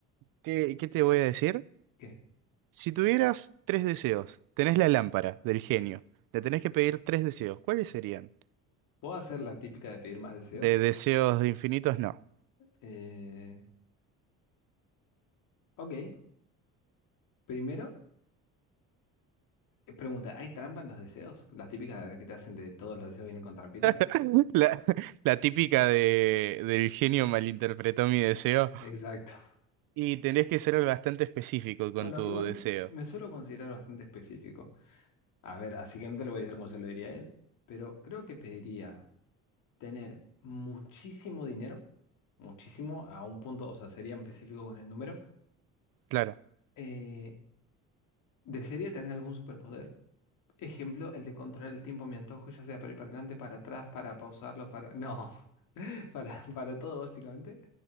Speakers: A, on the right; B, on the left.
A: qué, qué te voy a decir?
B: ¿qué?
A: Si tuvieras tres deseos, tenés la lámpara del genio, le tenés que pedir tres deseos, ¿cuáles serían?
B: ¿Puedo hacer la típica de pedir más deseos?
A: De
B: <laughs>
A: deseos infinitos, no.
B: Eh, ok. Primero, eh, pregunta, ¿hay trampa en los deseos? La típica de que te hacen de todos los deseos vienen con trampita.
A: <laughs> La, la típica de, del genio malinterpretó mi deseo.
B: Exacto. <laughs>
A: Y tenés que ser bastante específico con
B: Bueno,
A: tu
B: igual
A: deseo.
B: me suelo considerar bastante específico. A ver, así que no te lo voy a decir como se lo diría a él, pero creo que pediría. tener muchísimo dinero, muchísimo a un punto, o sea, sería específico con el número.
A: Claro.
B: Eh, desearía tener algún superpoder. Ejemplo, el de controlar el tiempo a mi antojo, ya sea para ir para adelante, para atrás, para pausarlo, para... No, <laughs> para, para todo básicamente.